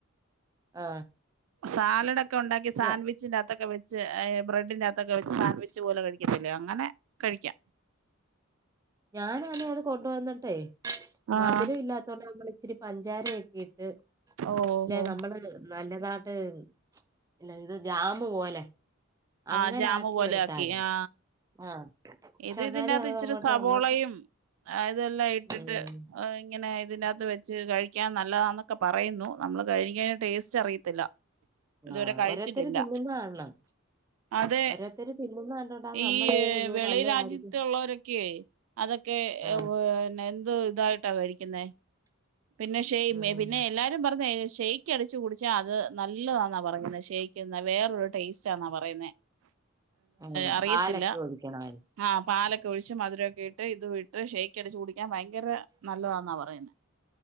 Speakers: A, on the right; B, on the right.
A: ആ
B: സാലഡൊക്ക് ക്കെ ഉണ്ടാക്കി സാൻഡ്‌വിച്ചിന്റാത്തൊക്കൊ
A: ഞ
B: വെച്ച് ബ്രെഡിന്റാത്ത് <unintelligible> സാൻവിച്ച് പോലെ കഴിക്കത്തില്ലേ അങ്ങനെ കഴിക്കാം
A: ഞാനാലും അത് കൊണ്ടുവന്നിട്ടെ മധുരം
B: ആഹ്
A: ഇല്ലാത്തത് കൊണ്ട് ഇത്തിരി പഞ്ചാരയൊക്കെ ഇട്ട്
B: ഓ
A: ല്ലെ
B: ഓ
A: നമ്മള് നല്ലതാണ് <unintelligible> ഇല്ല ഇത് ജാമ് പോലെ അങ്ങനെ
B: ആഹ് ജാമു പോലെ
A: എടുത്തായിരുന്നു
B: ആക്കി ആ
A: ആ പക്ഷെ
B: ഇത്
A: എന്നാലും
B: ഇതിന്റകത്ത്
A: അതങ്ങോട്ട്
B: ഇച്ചിരി സവോളയും
A: നമ്മക്ക്
B: ഇതെല്ലാം ഇട്ടിട്ട്
A: ഉം,
B: ഇങ്ങനെ ഇതിനകത്ത് വെച്ച് കഴിക്ക കഴിക്കാൻ നല്ലതാന്നൊക്കെ പറയുന്നു നമ്മള് കഴിക്കാതെ ടേസ്റ്റ് അറിയത്തില്ല ഇതുവരെ
A: ആ
B: കഴിച്ചിട്ടില്ല
A: ഓരോരുത്തര് തിന്നുന്ന കാണണം
B: അത്
A: ഓരോരുത്തര് തിന്നുന്ന കണ്ടോണ്ടാ
B: ഈ
A: നമ്മൾ ചെയ്ത് അയ്യോ
B: വെളി
A: നല്ലതായിരിക്കും
B: രാജ്യത്തള്ളവരൊക്കെ അതൊക്കെ
A: ആ,
B: പിന്നെ എന്ത് <unintelligible> എന്ത് ഇതായിട് മേടിക്കുന്നേ പിന്നെ ഷൈയിം
A: ഉം,
B: <unintelligible> പിന്നെ എല്ലാരും പറഞ്ഞ <unintelligible> ഷെയ്ക്ക് അടിച്ച് കുടിച്ചാ അത് നല്ലതാന്നാ പറയുന്നത് ഷെയ്ക് വേറൊരു ടേസ്റ്റ് <unintelligible> പറയുന്നേ
A: ആന്ന്
B: അറിയത്തില്ല
A: പാലൊക്കെ ഒഴിക്കണമായിരുന്നു
B: ആഹപാലൊക്കെ ഒഴിച്ച് മധുരമൊക്കെ ഇട്ട് ഇത് ഇട്ട് ഷേക്ക് അടിച്ചു കുടിക്കാൻ ഭയങ്കര നല്ലതാന്നാ പറയുന്ന്